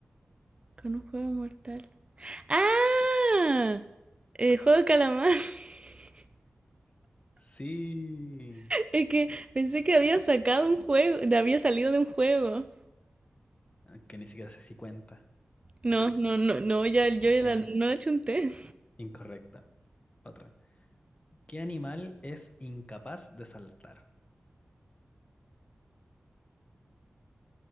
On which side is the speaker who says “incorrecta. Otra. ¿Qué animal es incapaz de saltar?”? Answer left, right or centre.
Left